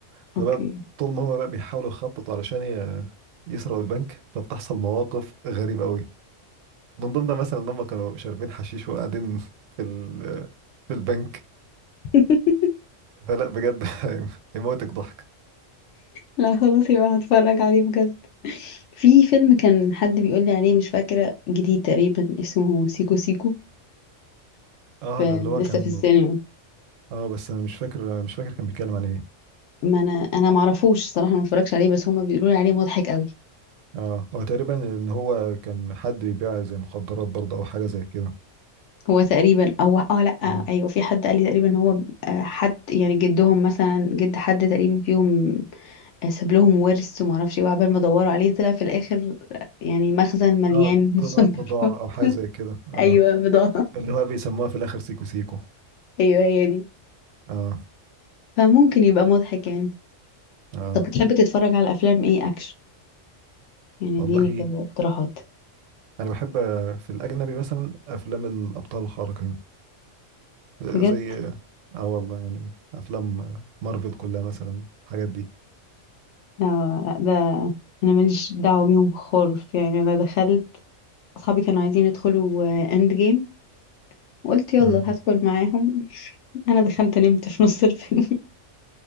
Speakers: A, on the right; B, on the left.
A: فبقى
B: اوكي
A: طول ما هم بقى بيحاولوا يخططوا علشان ي- يسرقوا البنك فبتحصل مواقف غريبة قوي من ضمنها مثلا ان هم كانوا شاربين حشيش وقاعدين في ال... في البنك
B: <laughs>
A: فلا بجد <laughs> يموتك ضحك
B: لا خلاص يبقى هتفرج عليه بجد في فيلم كان حد بيقول لي عليه مش فاكرة جديد تقريبا اسمه سيكو سيكو
A: اه
B: ف-
A: ده اللي هو
B: لسه
A: كان
B: في السينما
A: اه بس انا مش فاكر مش فاكر كان بيتكلم عن ايه
B: ما انا انا ما اعرفوش صراحة ما اتفرجش عليه بس هما بيقولوا لي عليه مضحك قوي
A: اه هو تقريبا ان هو كان حد بيبيع زي مخدرات برضه او حاجة زي كده
B: هو تقريبا او اه لا
A: اه
B: ايوه في حد قال لي تقريبا ان هو آه، حد يعني جدهم مثلا جد حد تقريبا فيهم آه، ساب لهم ورث وما اعرفش ايه وعبال ما دوروا عليه طلع في الاخر آه، يعني مخزن مليان
A: آه،
B: مخدرات
A: طلع بضاعة او حاجة زي كده
B: <laughs>
A: اه
B: ايوه بضاعة
A: اللي هو بيسموها في الاخر سيكو سيكو
B: ايوه هي دي
A: اه
B: فممكن يبقى مضحك يعني
A: اه
B: طب بتحب تتفرج على افلام ايه اكشن يعني
A: والله
B: اديني كده اقتراحات
A: انا بحب في الاجنبي مثلا افلام الابطال الخارقين آه،
B: بجد
A: زي اه والله يعني افلام مارفل كلها مثلا الحاجات دي
B: لا لا، ده انا ماليش دعوه بيهم خالص يعني انا دخلت اصحابي كانوا عايزين يدخلوا اند جيم وقلت يلا
A: مم.
B: هدخل معاهم <laughs> انا دخلت نمت في نص الفيلم <laughs>